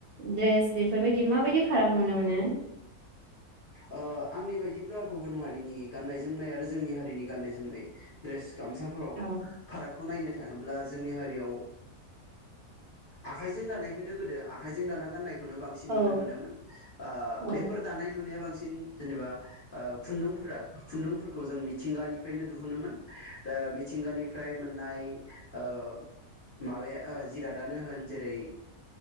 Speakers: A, on the right (about 60°); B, on the left (about 45°).
A: दड्रेस बेफोरबायदि माबायदि फाराग नुनो मोनो?
B: ओ आंनि बायदिब्ला गुबुन हारिनि गाननाय जोमनाय आरो जोंनि हारिनि गाननाय जोमनाय ड्रेस गामसाफोराव
A: औ
B: फारागखौ नायनो थाङोब्ला जोंनि हारियाव ओ आखाइजों दानायखौनो गोदो आखाइजों दाना गाननायखौ खौनोबांसिन
A: औ
B: नुनो मोनोन ओ
A: औ
B: बेफोर दानाय लुनाया बांसिन सिन जेनेबा ओ खुन्दुंफोरा खुन्दुंफोरखौ जों मिथिंगानिफ्रायनो दिुहुनोमोन ओ मिथिंगानिफ्राय मोन नाय ओ माबाया ओ जिरादानो होन जेरै